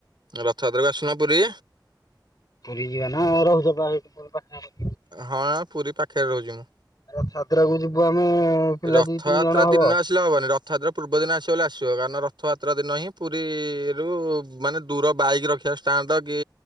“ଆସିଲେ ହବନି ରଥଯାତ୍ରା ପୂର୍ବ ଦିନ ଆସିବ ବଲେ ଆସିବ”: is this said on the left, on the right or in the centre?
Right